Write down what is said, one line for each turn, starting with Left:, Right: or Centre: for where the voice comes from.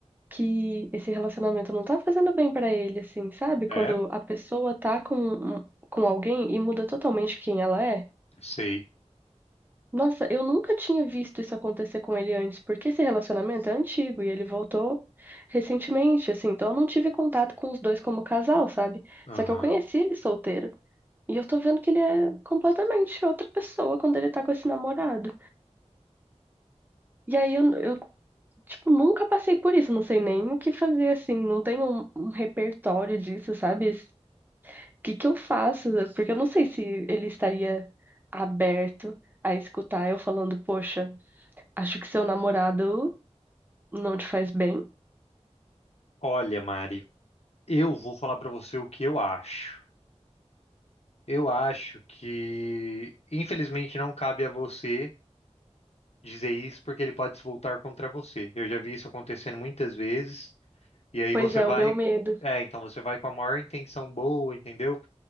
Right: que esse relacionamento não tá fazendo bem pra ele, assim, sabe? Quando
Left: é,
Right: a pessoa tá com, com alguém e muda totalmente quem ela é.
Left: sei.
Right: Nossa, eu nunca tinha visto isso acontecer com ele antes, porque esse relacionamento é antigo e ele voltou recentemente, assim, então eu não tive contato com os dois como casal, sabe?
Left: Aham.
Right: Só que eu conheci ele solteiro. E eu tô vendo que ele é completamente outra pessoa quando ele tá com esse namorado. E aí eu, eu, tipo, nunca passei por isso, não sei nem o que fazer, assim, não tenho um, um repertório disso, sabe? O que que eu faço? Porque eu não sei se ele estaria aberto a escutar eu falando, poxa, acho que seu namorado não te faz bem.
Left: Olha, Mari, eu vou falar pra você o que eu acho. Eu acho que, infelizmente, não cabe a você dizer isso porque ele pode se voltar contra você. Eu já vi isso acontecendo muitas vezes, e aí
Right: Pois
Left: você
Right: é,
Left: vai.
Right: o meu medo.
Left: É, então você vai com a maior intenção boa, entendeu?